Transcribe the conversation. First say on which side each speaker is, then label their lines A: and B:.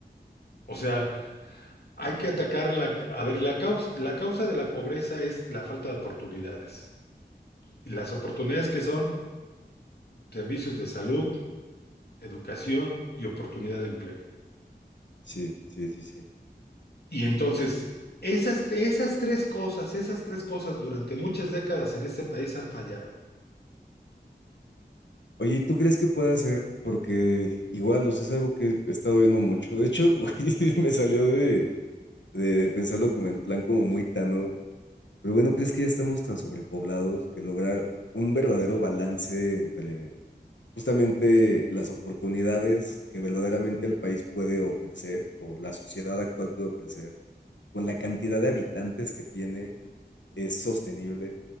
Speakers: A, on the left; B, on the left.
A: O sea, hay que atacar la... A ver, la causa, la causa de la pobreza es la falta de oportunidades. Y las oportunidades que son servicios de salud, educación y oportunidad de empleo.
B: Sí, sí, sí, sí.
A: Y entonces, esas, esas tres cosas, esas tres cosas durante muchas décadas en este país han fallado.
B: Oye, ¿y ¿tú crees que puede hacer? Porque igual, o sea, es algo que he estado viendo mucho. De hecho, <laughs> güey, me salió de, de, de pensarlo como en plan como muy tano. Pero bueno, ¿crees que ya estamos tan sobrepoblados que lograr un verdadero balance entre justamente las oportunidades que verdaderamente el país puede ofrecer o la sociedad actual puede ofrecer con la cantidad de habitantes que tiene es sostenible?